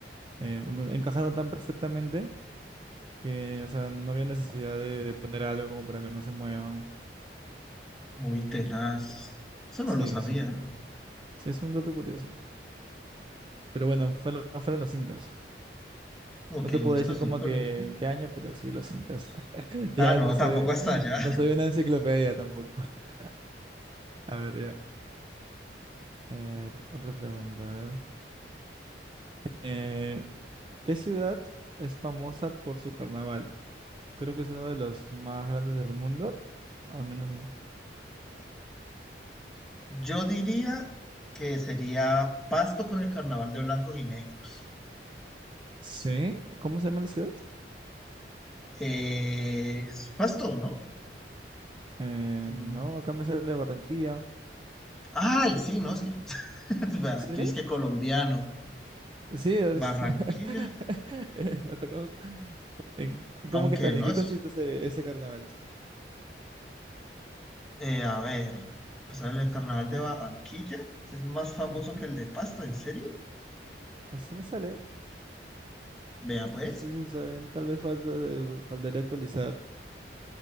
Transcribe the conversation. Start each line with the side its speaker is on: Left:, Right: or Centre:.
Right: eh, enca- encajaron tan perfectamente que, o sea, no había necesidad de, de poner algo como para que no se muevan.
Centre: Uy, tenaz. Eso no
Right: Sí,
Centre: lo sabía.
Right: sí. Sí, es un dato curioso. Pero bueno, fueron, fueron los incas.
Centre: Ok,
Right: No te
Centre: listo,
Right: puedo decir
Centre: sí,
Right: como
Centre: pero...
Right: que en qué año, pero sí, los incas. <laughs>
Centre: Ah,
Right: Ya
Centre: no,
Right: no soy,
Centre: tampoco hasta allá.
Right: no soy una enciclopedia tampoco. <laughs> A ver, ya. Eh, a ver, otra pregunta, a ver. Eh, ¿Qué ciudad es famosa por su carnaval? Creo que es uno de los más grandes del mundo. Al menos es-
Centre: Yo diría que sería Pasto con el carnaval de blancos y negros.
Right: ¿Sí? ¿Cómo se llama la ciudad?
Centre: Eh, es Pasto, ¿no?
Right: Eh,
Centre: Mm,
Right: no, acá me sale Barranquilla.
Centre: Ay, sí, no, es que <laughs> vea,
Right: ¿Sí?
Centre: yo es que colombiano,
Right: Sí, es-
Centre: Barranquilla,
Right: <laughs> eh, me tocó. en-
Centre: aunque
Right: ¿Cómo que tal?
Centre: no
Right: ¿En qué
Centre: es,
Right: consiste ese, ese carnaval?
Centre: eh, a ver, pues a ver, el carnaval de Barranquilla es más famoso
Right: Ujú.
Centre: que el de Pasto, ¿en serio?
Right: Así me sale.
Centre: Vea, pues.
Right: No sé si saben, tal vez falta, de- faltaría actualizar.